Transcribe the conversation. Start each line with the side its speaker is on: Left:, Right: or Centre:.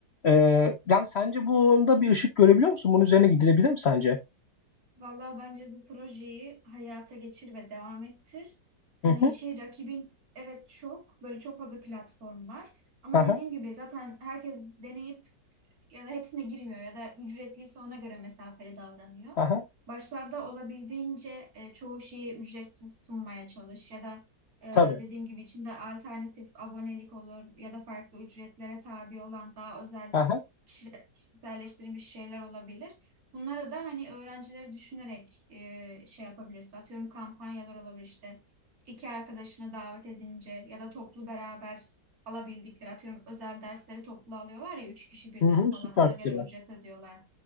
Left: E, yani sence bunda bir ışık görebiliyor musun? Bunun üzerine gidilebilir mi sence?
Right: Vallahi bence bu projeyi hayata geçir ve devam ettir. Hani
Left: Hı hı.
Right: şey rakibin evet çok böyle çok fazla platform var. Ama
Left: Aha.
Right: dediğim gibi zaten herkes deneyip ya da hepsine girmiyor ya da ücretliyse ona göre mesafeli davranıyor.
Left: Aha,
Right: Başlarda olabildiğince e, çoğu şeyi ücretsiz sunmaya çalış ya da e,
Left: tabii.
Right: dediğim gibi içinde alternatif abonelik olur ya da farklı ücretlere tabi olan daha özel
Left: Aha,
Right: kişi- kişiselleştirilmiş şeyler olabilir. Bunlara da hani öğrencileri düşünerek e, şey yapabilirsin. Atıyorum kampanyalar olabilir işte. iki arkadaşını davet edince ya da toplu beraber alabildikleri atıyorum özel dersleri toplu alıyorlar ya üç kişi birden
Left: hı hı,
Right: falan
Left: süper
Right: ona
Left: fikirler.
Right: göre ücret ödüyorlar.